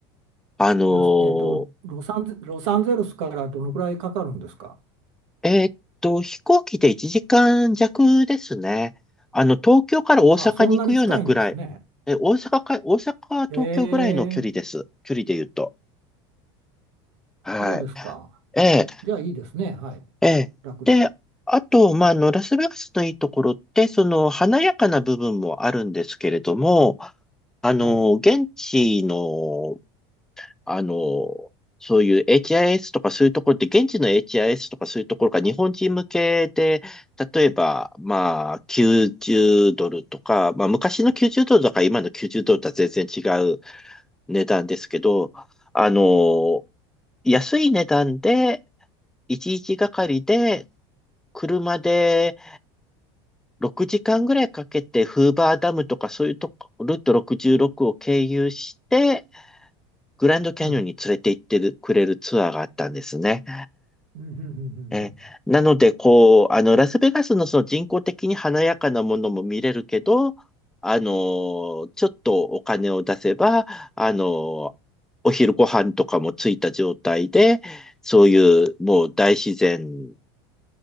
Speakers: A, in the centre; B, on the right.
A: あのー
B: ラス、えっと、ロサンゼ、ロサンゼルスからどのくらいかかるんですか
A: えーっと、飛行機で1時間弱ですね。あの、東京から大阪に行くようなぐらい。
B: あ、そんなに近いんですね。
A: え、大阪か、大阪、東京ぐらいの距離です。
B: ええ、
A: 距離で言うと。はい。
B: そうですか。
A: ええ、
B: じゃあいいですね。はい。
A: ええ。
B: 楽で。
A: で、あと、まあ、あの、ラスベガスのいいところって、その、華やかな部分もあるんですけれども、あの、
B: はい。
A: 現地のあの、そういう HIS とかそういうところって、現地の HIS とかそういうところが日本人向けで、例えば、まあ、90ドルとか、まあ、昔の90ドルとか今の90ドルとは全然違う値段ですけど、あの、安い値段で、1日がかりで、車で6時間ぐらいかけて、フーバーダムとかそういうとこ、ルート66を経由して、グランドキャニオンに連れて行ってるくれるツアーがあったんですね。
B: うん。うんうんうんうんう
A: え、
B: ん
A: なので、こう、あの、ラスベガスのその人工的に華やかなものも見れるけど、あの、ちょっとお金を出せば、あの、お昼ご飯とかもついた状態で、そういうもう大自然